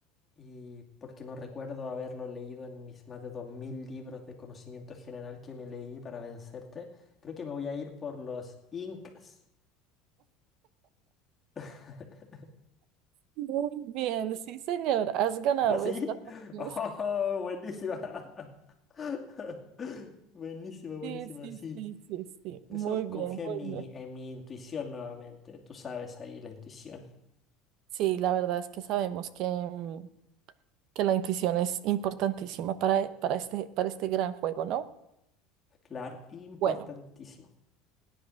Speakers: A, on the left; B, on the right.
A: y porque no recuerdo haberlo leído en mis más de 2000 libros de conocimiento general que me leí para vencerte, creo que me voy a ir por los incas. <laughs>
B: Muy bien, sí, señor, has ganado
A: ¿Ah, sí?
B: esta. partida.
A: ¡Oh, buenísima! <laughs> Buenísima, buenísima,
B: Sí, sí,
A: sí.
B: sí, sí, sí, muy
A: Eso
B: bien,
A: confía
B: muy
A: en mi,
B: bien.
A: en mi intuición nuevamente. Tú sabes ahí la intuición.
B: Sí, la verdad es que sabemos que, mm, que la intuición es importantísima para, para este, para este gran juego, ¿no?
A: Claro, importantísimo.
B: Bueno,